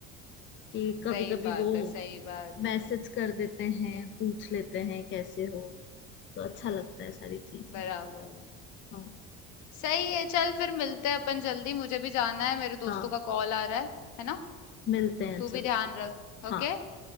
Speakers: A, on the left; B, on the left.
A: कि कभी
B: सही
A: कभी
B: बात
A: वो
B: है सही बात है
A: मैसेज कर देते हैं पूछ लेते हैं कैसे हो तो अच्छा लगता है सारी चीजें
B: बराबर है
A: हाँ
B: सही है चल फिर मिलते हैं अपन जल्दी मुझे भी जाना है मेरे दोस्तों
A: हाँ
B: का कॉल आ रहा है है ना
A: मिलते हैं
B: तू
A: चलते
B: भी ध्यान
A: हैं।
B: रख
A: हाँ
B: ओके